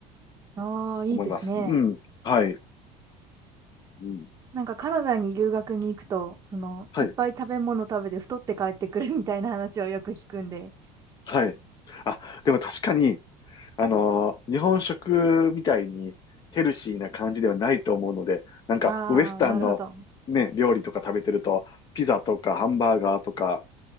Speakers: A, on the right (about 25°); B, on the left (about 30°).
A: ああ、いいですね。
B: 思います。うん。はい。うん、
A: なんかカナダに留学に行くと、その、
B: はい。
A: いっぱい食べ物食べて太って帰ってくるみたいな話をよく聞くんで。
B: はい。あ、でも確かに、あのー日本食みたいにヘルシーな感じではないと思うので、なんかウエスタンのね、
A: ああ、なるほど。
B: 料理とか食べてると、ピザとかハンバーガーとか、